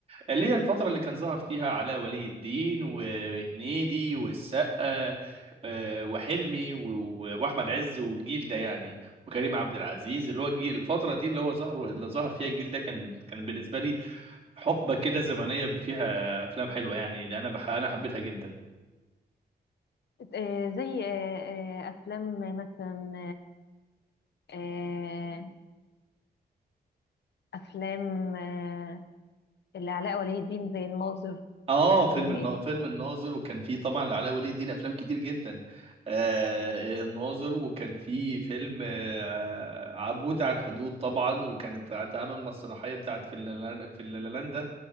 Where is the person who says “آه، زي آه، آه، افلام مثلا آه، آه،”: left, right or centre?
Left